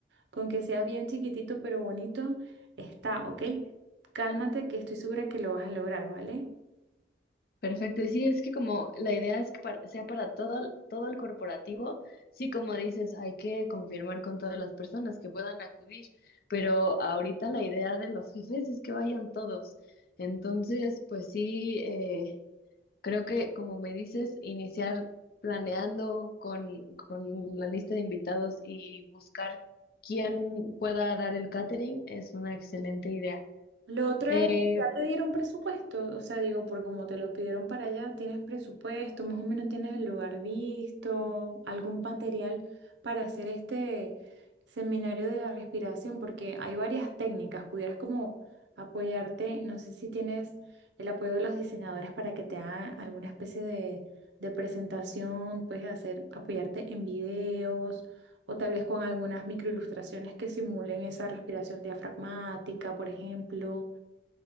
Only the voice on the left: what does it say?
Perfecto, y sí, es que como la idea es que para- sea para todo, todo el corporativo, sí, como dices, hay que confirmar con todas las personas que puedan acudir, pero ahorita la idea de los jefes es que vayan todos. Entonces, pues sí, eh, creo que como me dices, iniciar planeando con, con la lista de invitados y buscar quién pueda dar el catering es una excelente idea.
Eh,